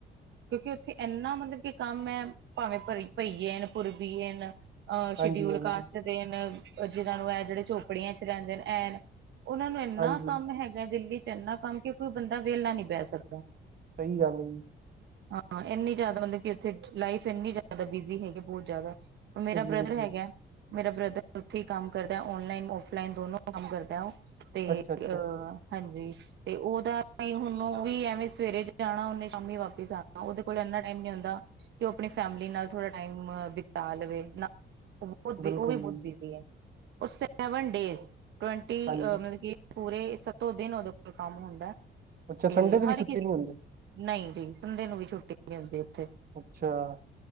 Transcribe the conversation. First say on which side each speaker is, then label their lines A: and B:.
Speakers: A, on the right (about 65°); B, on the right (about 50°).
A: ਕਿਉਂਕਿ ਉੱਥੇ। ਇੰਨਾ ਮਤਲਬ ਕਿ ਕੰਮ ਐ ਭਾਵੇਂ ਭਰੀ ਭਈਏਨ ਪੁਰਬੀਏਨ। ਅ ਸ਼ਡਿਊਲ
B: ਹਾਂਜੀ ਹਾਂਜੀ।
A: ਕਾਸਟ ਦੇ ਨੇ, ਜਿਹਨਾਂ ਨੂੰ ਇਹ ਜਿਹੜੇ ਝੋਪੜੀਆਂ ਚ ਰਹਿੰਦੇ ਨੇ ਐਨ ਉਹਨਾਂ ਨੂੰ ਇੰਨਾ
B: ਹਾਂਜੀ
A: ਕੰਮ ਹੈਗਾ, ਦਿੱਲੀ ਚ ਇੰਨਾ ਕੰਮ ਕਿ ਕੋਈ ਬੰਦਾ ਵਿਹਲਾ ਨਹੀਂ ਬਹਿ ਸਕਦਾ।
B: ਸਹੀ ਗੱਲ ਏ, ਜੀ।
A: ਹਾਂ, ਇੰਨੀ ਜ਼ਿਆਦਾ ਮਤਲਬ ਕਿ ਉੱਥੇ ਲਾਈਫ ਇੰਨੀ ਜ਼ਿਆਦਾ ਬਿਜੀ ਹੈਗੀ, ਬਹੁਤ ਜ਼ਿਆਦਾ। ਮੇਰਾ
B: ਬਿਲਕੁਲ
A: ਬ੍ਰਦਰ
B: ਬਿਲਕੁਲ
A: ਹੈਗਾ। ਮੇਰਾ ਬ੍ਰਦਰ ਉੱਥੇ ਹੀ ਕੰਮ ਕਰਦਾ, ਓਨਲਾਈਨ ਔਫਲਾਈਨ ਦੋਨੋ ਕੰਮ ਕਰਦਾ ਉਹ। ਤੇ
B: ਅੱਛਾ ਅੱਛਾ
A: ਅ। ਹਾਂਜੀ, ਤੇ ਉਹਦਾ ਹੁਣ ਵੀ ਐਵੇਂ ਸਵੇਰੇ ਜਾਣਾ, ਉਹਨੇ ਸ਼ਾਮੀ ਵਾਪਿਸ ਆਣਾ ਉਹਤੇ। ਕੋਲ ਇਨਾ ਟਾਈਮ ਨੀ ਹੁੰਂਦਾ ਕਿ ਉਹ ਆਪਣੀ ਫੈਮਲੀ ਨਾਲ ਥੋੜਾ ਟਾਈਮ ਬਿਤਾ ਲਵੇ ਨਾ। ਉਹ ਵੀ
B: ਬਿਲਕੁਲ
A: ਉਹ ਵੀ ਬਹੁਤ
B: ਜੀ।
A: ਬਿਜ਼ੀ ਹੈ, ਓ ਸੈਵਨ ਡੇਜ ਟਵਟੀ,
B: ਹਾਂਜੀ
A: ਮਤਲਬ ਕਿ। ਪੂਰੇ ਸਤੋਂ ਦਿਨ ਉਹਦੇ ਉਪਰ ਕੰਮ ਹੁੰਦਾ,
B: ਅੱਛਾ
A: ਤੇ
B: ਸੰਡੇ ਦੀ
A: ਹਰ
B: ਵੀ ਛੁੱਟੀ
A: ਕਿਸੀ।
B: ਨਹੀਂ ਹੁੰਦੀ
A: ਨਹੀਂ ਜੀ, ਸੰਡੇ ਨੂੰ ਵੀ ਛੁੱਟੀ ਨਹੀਂ ਹੁੰਦੀ ਉਥੇ।
B: ਅੱਛਾ।